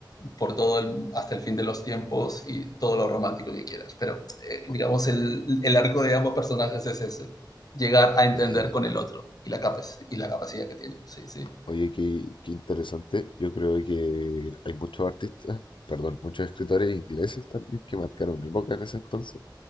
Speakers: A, on the left; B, on the left.
A: por todo el, hasta el fin de los tiempos y todo lo romántico que quieras. Pero eh,
B: Oh,
A: digamos, el, el, arco de ambos personajes es ese, llegar a entender
B: Mira.
A: con el otro y la, capa y la capacidad que tienen. Sí, sí.
B: Oye, qué, qué interesante. Yo creo que hay muchos artistas, perdón, muchos escritores ingleses también que marcaron época en ese entonces.